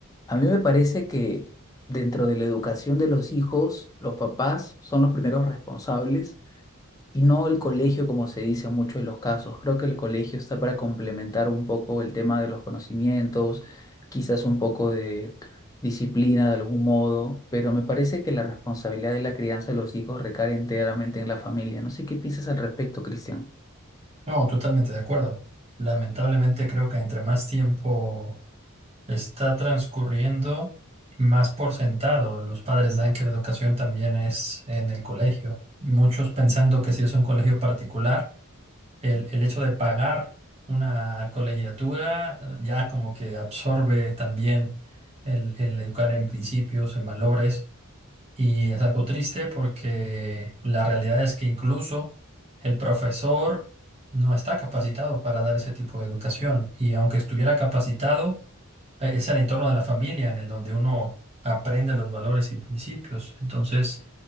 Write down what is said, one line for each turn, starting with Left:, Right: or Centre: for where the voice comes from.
Left: A mí me parece que dentro de la educación de los hijos, los papás son los primeros responsables y no el colegio, como se dice en muchos de los casos. Creo que el colegio está para complementar un poco el tema de los conocimientos, quizás un poco de disciplina de algún modo, pero me parece que la responsabilidad de la crianza de los hijos recae enteramente en la familia. No sé qué piensas al respecto, Cristian.
Right: No, totalmente de acuerdo. Lamentablemente creo que entre más tiempo está transcurriendo, más por sentado los padres dan que la educación también es en el colegio. Muchos pensando que si es un colegio particular, el, el hecho de pagar una colegiatura eh, ya como que absorbe también el, el educar en principios, en valores. Y es algo triste porque la realidad es que incluso el profesor no está capacitado para dar ese tipo de educación. Y aunque estuviera capacitado, eh, es el entorno de la familia en el donde uno aprende los valores y principios. Entonces,